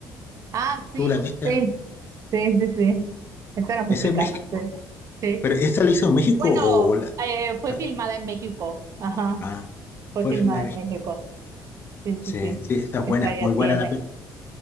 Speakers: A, on the right; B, on the left.
A: Ah, sí,
B: ¿Tú la Ah, viste?
A: sí, sí, sí, sí. Esta era mexicana,
B: Esa es México.
A: sí, sí.
B: ¿Pero esa la hizo México
A: Bueno,
B: o la...?
A: eh, fue
B: Ah,
A: filmada en México. Ajá,
B: ah,
A: fue
B: fue
A: filmada
B: filmada en
A: en
B: México.
A: México. Sí,
B: Sí,
A: sí, sí.
B: sí, está buena,
A: Esta ya
B: muy buena
A: tiene.
B: la película.